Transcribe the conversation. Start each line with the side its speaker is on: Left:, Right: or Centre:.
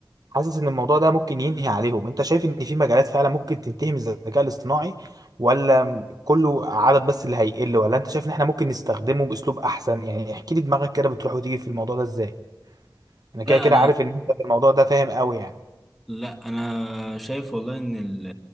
Right: حاسس ان الموضوع ده ممكن ينهي عليهم انت شايف ان في مجالات فعلا ممكن تنتهي من الذكاء الاصطناعي ولا كله عدد بس اللي هيقل ولا انت شايف ان احنا ممكن نستخدمه باسلوب احسن يعني احكي لي دماغك كده بتروح وتيجي في الموضوع ده ازاي انا
Centre: لا
Right: كده كده
Centre: انا
Right: عارف ان انت في الموضوع ده فاهم قوي يعني
Centre: لا انا شايف والله ان ال-